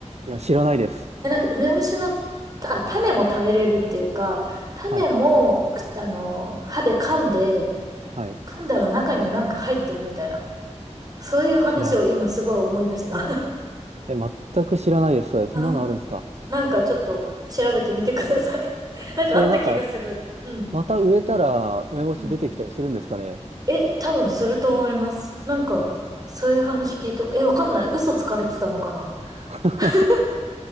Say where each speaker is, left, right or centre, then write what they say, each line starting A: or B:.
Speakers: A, on the right; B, on the right.
A: いや、知らないです。
B: え、なんか梅干しの、あ、種も食べれるっていうか、種も、
A: はい。
B: くあの、歯で噛んで、
A: はい。
B: 噛んだら中になんか入ってるみたいな。そういう話を今すごい思い出した。
A: 知らない。
B: <laughs>
A: え、全く知らないです。それ、そんなのあるんですか
B: あ、なんかちょっと調べてみてください。<laughs> なんかあった気がする。
A: それなんか、
B: うん。
A: また植えたら、梅干し出てきたりするんですかね
B: うん。え、多分すると思います。なんか、そういう話聞いとく。え、わかんない。嘘つかれてたのかな
A: <laughs>
B: <laughs>